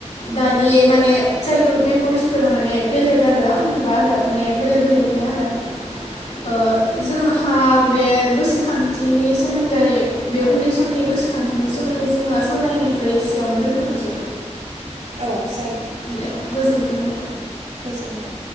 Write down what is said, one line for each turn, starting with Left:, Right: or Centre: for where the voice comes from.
Left: दानि माने चाइल्डहुद मेमरिसफोरा माने बेलेग आरो होनोबा आरो माने बेलेक बेलेकनि आरो ओ जोंहा बे गोसोखांथिनि सोमोन्दै बे उन्दै समनि गोसोखांथिनि सोमोन्दै जोङो सावरायनायखो एसेयावनो दोनथ'नोसै।
Right: औ जायो।
Left: दे गोजोनथों दे
Right: गोजोनबाय।